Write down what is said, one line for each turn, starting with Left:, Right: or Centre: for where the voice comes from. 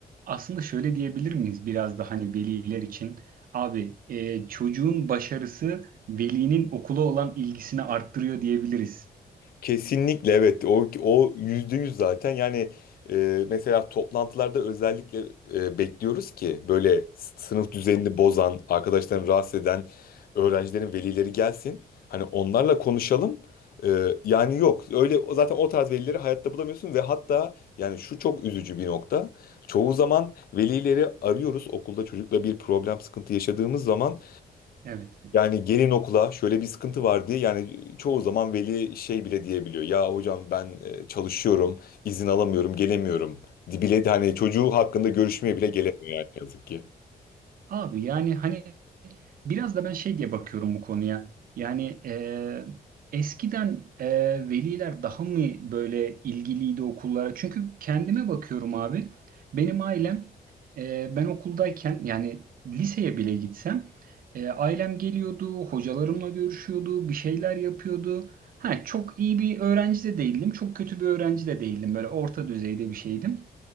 Right: Aslında şöyle diyebilir miyiz biraz da hani veliler için? Abi e, çocuğun başarısı velinin okula olan ilgisini arttırıyor diyebiliriz.
Left: Kesinlikle evet o o yüzde yüz zaten yani e, mesela toplantılarda özellikle e, bekliyoruz ki böyle s- sınıf düzenini bozan arkadaşlarını rahatsız eden öğrencilerin velileri gelsin hani onlarla konuşalım E, yani yok öyle o- zaten o tarz velileri hayatta bulamıyorsun ve hatta yani şu çok üzücü bir nokta çoğu zaman velileri arıyoruz okulda çocukla bir problem sıkıntı yaşadığımız zaman
Right: Evet.
Left: yani gelin okula şöyle bir sıkıntı var diye yani çoğu zaman veli şey bile diyebiliyor. Ya hocam ben e, çalışıyorum, izin alamıyorum, gelemiyorum. Di- Bile de hani çocuğu hakkında görüşmeye bile gelemiyor yani yazık ki.
Right: Abi yani hani Biraz da ben şey diye bakıyorum bu konuya. Yani e, eskiden e, veliler daha mı böyle ilgiliydi okullara? Çünkü kendime bakıyorum abi. Benim ailem e, ben okuldayken yani liseye bile gitsem e, ailem geliyordu, hocalarımla görüşüyordu, bir şeyler yapıyordu. Ha, çok iyi bir öğrenci de değildim, çok kötü bir öğrenci de değildim. Böyle orta düzeyde bir şeydim.